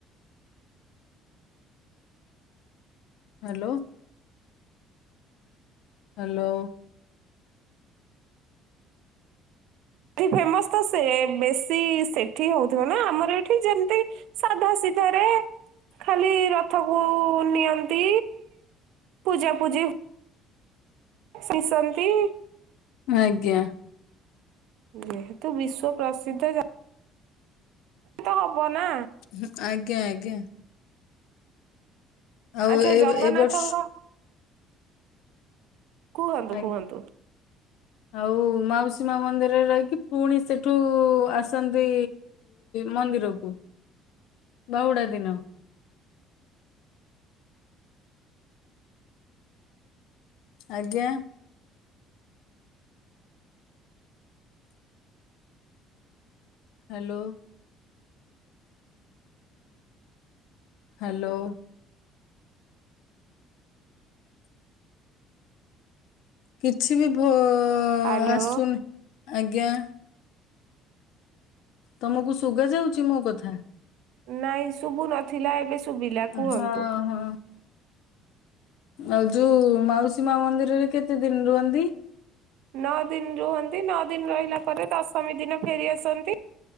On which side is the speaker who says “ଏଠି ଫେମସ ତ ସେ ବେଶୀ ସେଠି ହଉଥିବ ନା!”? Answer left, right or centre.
Right